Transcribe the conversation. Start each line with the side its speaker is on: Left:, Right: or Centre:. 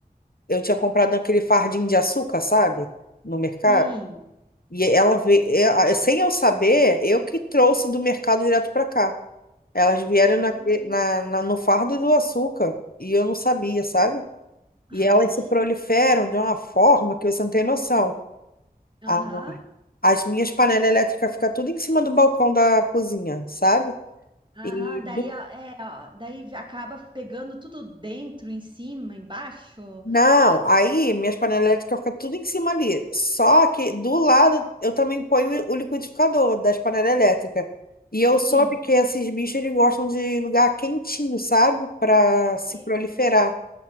Left: Eu tinha comprado naquele fardinho de açúcar, sabe? No mercado.
Right: Sim.
Left: E ela veio, ela- sem eu saber, eu que trouxe do mercado direto para cá. Elas vieram na,
Right: Ah,
Left: na, na- no fardo do açúcar e eu não sabia, sabe?
Right: Ai,
Left: E elas se proliferam de uma forma que você não tem noção.
Right: aham,
Left: A- As minhas panelas elétricas ficam tudo em cima do balcão da cozinha, sabe?
Right: aham,
Left: E
Right: daí,
Left: do
Right: ó, é, ó, daí acaba pegando tudo dentro, em cima, embaixo.
Left: Não, aí minhas panelinhas ficam tudo em cima ali. Só que do lado eu também ponho o liquidificador das panelas elétricas. E eu
Right: Sim.
Left: soube que esses bichos eles gostam de lugar quentinho, sabe? Para se
Right: É.
Left: proliferar.